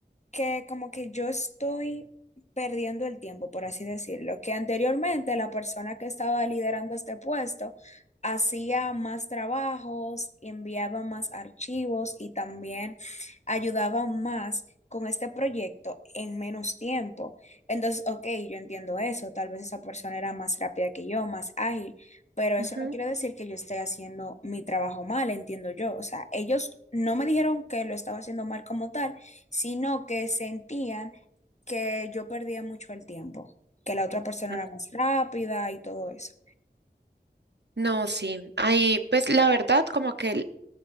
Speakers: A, on the left (about 40°); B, on the right (about 85°).
A: que como que yo estoy perdiendo el tiempo, por así decirlo, que anteriormente la persona que estaba liderando este puesto hacía más trabajos, enviaba más archivos y también ayudaba más con este proyecto en menos tiempo. Entonces, ok, yo entiendo eso, tal vez esa persona era más rápida que yo, más ágil, pero eso
B: Ajá.
A: no quiere decir que yo esté haciendo mi trabajo mal, entiendo yo. O sea, ellos no me dijeron que lo estaba haciendo mal como tal, sino que sentían que yo perdía mucho el tiempo, que la otra persona
B: Ah,
A: era más rápida y todo eso.
B: No, sí. Ahí, pues la verdad, como que el-